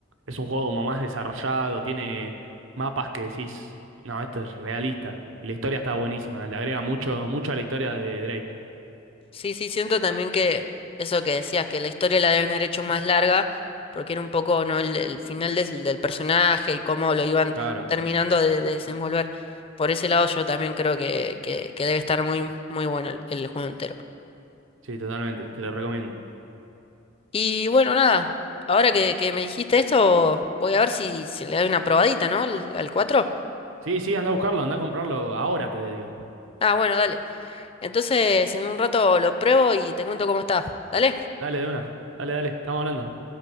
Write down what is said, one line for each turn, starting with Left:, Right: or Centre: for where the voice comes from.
Right: Es un juego como más desarrollado, tiene mapas que decís, no, esto es realista. Y la historia está buenísima, le agrega mucho, mucho a la historia de Drake.
Left: Sí, sí, siento también que eso que decías, que la historia la deben haber hecho más larga, porque era un poco, ¿no? el, el final del, del personaje y cómo lo iban
Right: Claro.
Left: terminando de, de desenvolver. Por ese lado yo también creo que, que, que debe estar muy, muy bueno el, el juego entero.
Right: Sí, totalmente, te lo recomiendo.
Left: Y bueno, nada, ahora que, que me dijiste esto, voy a ver si, si le doy una probadita, ¿no? Al, al 4.
Right: Sí, sí, anda a buscarlo, anda a comprarlo ahora, te digo.
Left: Ah, bueno, dale. Entonces en un rato lo pruebo y te cuento cómo está. ¿Dale?
Right: Dale, de una. Dale, dale, estamos hablando.